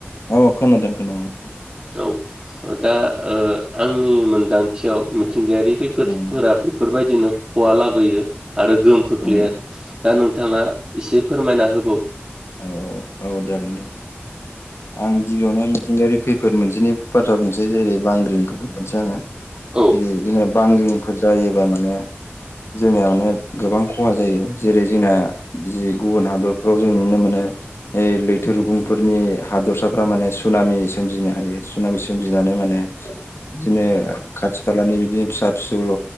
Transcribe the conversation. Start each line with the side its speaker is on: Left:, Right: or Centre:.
Left: औ खोनादों खोनादोंोनादों
Right: औ दा आंनि मोनदांथियाव मिथिंगायारि खैफोदफोरा
Left: उम
Right: बेफोरबायदिनो हवा लाबोयो आरो गोहोम खोख्लै
Left: उम
Right: आरो दा नोंथाङा एसे फोरमायना हो
Left: औ औ औ जागोन दे आं गिबियावनो मिथिंगायारि खैफोद मोनसेनि बाथ्रा बुंसै जेरै बांग्रिंखौ बुंबसै आङो
Right: औ
Left: रै बिदिनो बांग्रिंफोर जायोबा माने जोंनिया माने गोबां खहा जायो जेरै जोंना जि गुबुन हादरफ्राव जों नुनो मोनो लैथो रुुंफोरनि हादरसाफ्रा माने सुनामि सोमजिनो हायो सुनामि सोमजिनानै माने बिदिनो खाथि खालानि बिदिनो बिदिनो फिसा फिसौल'